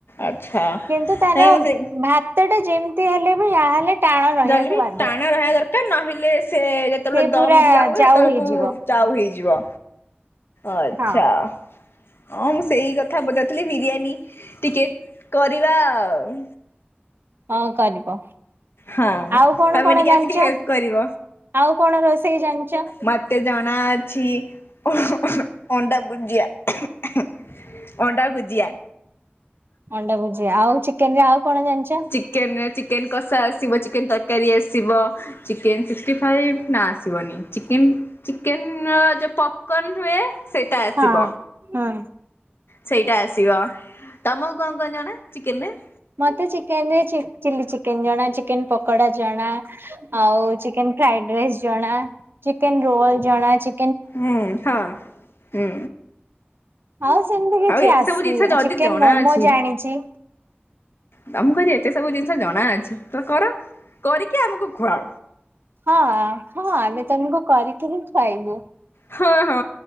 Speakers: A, on the left; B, on the right.
A: ଆଚ୍ଛା
B: କିନ୍ତୁ ତାର
A: ନାଇ ମତେ
B: ଭାତ ଟା ଯେମିତି ହେଲେ ବି ଯା ହେଲେ ଟାଣ ରହିବାକୁ
A: ଜଲଦି
B: ବାଧ୍ୟ।
A: ଟାଣ ରହିବା ଦରକାର ନହେଲେ ସେ ଯେତେବେଳେ
B: ସେ
A: ଦମ
B: ପୁରା
A: ଦିଆ ହୁଏ
B: ଯାଉ
A: ସେତେବେଳକୁ
B: ହେଇଯିବ
A: ଯାଉ ହେଇଯିବ ଆଛା।
B: ହଁ
A: ହଁ ମୁଁ ସେଇ କଥା ପଚାରୁଥିଲି ବିରିୟାନୀ ଟିକେ କରିବା ଆଉ।
B: ହଁ କରିବ
A: ହଁ
B: ଆଉ କଣ
A: ତମେ
B: କଣ
A: ଟିକେ
B: ଜାଣିଛ
A: ଆସିକି ହେଲ୍ପ କରିବ।
B: ଆଉ କଣ ରୋଷେଇ ଜାଣିଛ
A: ମତେ ଜଣା ଅଛି ଅଣ୍ଡା ଭୁଜିଆ ଅଣ୍ଡା ଭୁଜିଆ
B: ଅଣ୍ଡାଭୋଜି ଆଉ ଚିକେନ୍ ରେ ଆଉ କଣ ଜାଣିଚ?
A: ଚିକେନ ଚିକେନ୍ କଷା ଆସିବ ଚିକେନ ତରକାରୀ ଆସିବ ଚିକେନ ସିକ୍ସଟି ଫାଇବ୍ ନା ଆସିବନି ଚିକେନ୍ ଚିକେନ୍ ଯୋଉ ପପ୍ କର୍ନ ହୁଏ ସେଇଟା ଆସିବ
B: ହଁ ହୁଁ
A: ସେଇଟା ଆସିବ ତମକୁ କଣ କଣ ଜଣା ଚିକେନ ରେ
B: ମତେ ଚିକେନ ରେ ଚିଲି ଚିକେନ ଜଣା ଚିକେନ ପକୋଡା ଜଣା। ଆଉ ଚିକେନ ଫ୍ରାଇଡେ ରାଇସ୍ ଜଣା ଚିକେନ ରୋଲ ଜଣା ଚି
A: ହୁଁ ହଁ ହୁଁ।
B: ଆଉ ସେମିତି କିଛି
A: ଆଉ ଏତେ
B: ଆସିନି
A: ସବୁ ଜିନିଷ ଯଦି
B: ଆ ଚିକେନ
A: ଜଣା
B: ମୋମୋ
A: ଅଛି
B: ଜାଣିଛି?
A: ତମକୁ କହିଲି ଏତେ ସବୁ ଜିନିଷ ଜଣା ଅଛି ତ କର କରିକି ଆମକୁ ଖୁଆଅ
B: ହଁ ହଁ ଆମେ ତମକୁ କରିକିରିି ଖୁଆଇବୁ।
A: ହଁ ହଁ